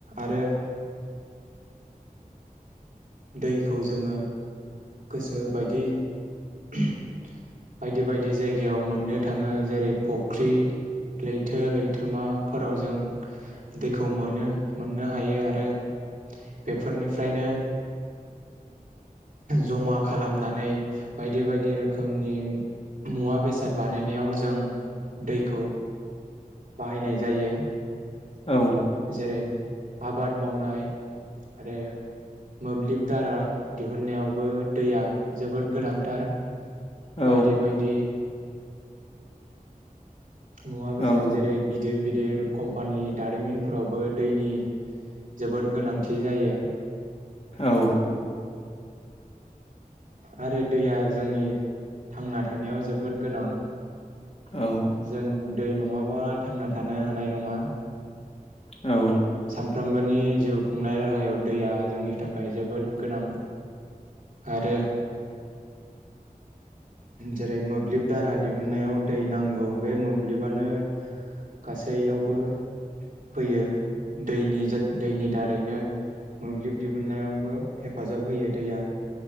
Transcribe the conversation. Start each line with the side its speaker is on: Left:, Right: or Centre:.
Right: आरो दैखौ जोङो गोसो बायदि बायदि बायदि जायगायाव मोननो थाङो जेरै फुख्रि लैथो लैथोमाफोराव जों दैखौ मोनो मोननो हायो आरो बेफोरनिफ्रायनो जमा खालामनानै बायदि बायदि रोखोमनि मुवा बेसाद बानायनायाव जों दैखौ बाहायनाय जायो
Left: औ
Right: जेरै आबाद मावनाय आरो मोब्लिब दारा दिहुननायावबो दैया जोबोद गोनांथार
Left: औ
Right: बायदि बायदि मुवा बेसाद
Left: औ
Right: जेरै गिदिर गिदिर कम्पानि दारिमिनफोरावबो दैनि जोबोद गोनांथि जायो।
Left: औ।
Right: आरो दैया जोंनि थांना थानायाव जोबोद गोनां
Left: औ।
Right: जों दै नङाबा थांना थानो हानाय नङा।
Left: औ।
Right: सानफ्रामबोनि जिउ खुंनाय राहायाव दैया जोंनि थाखाय जोबोद गोनां। आरो जेरै मोब्लिब दारा दिहुनन्नायाव दै नांगौ बे मोब्लिबानो गासैयावबो फैयो दैनि दैनि दारैनो मोब्लिब दिहुननायावबो हेफाजाब होयो दैया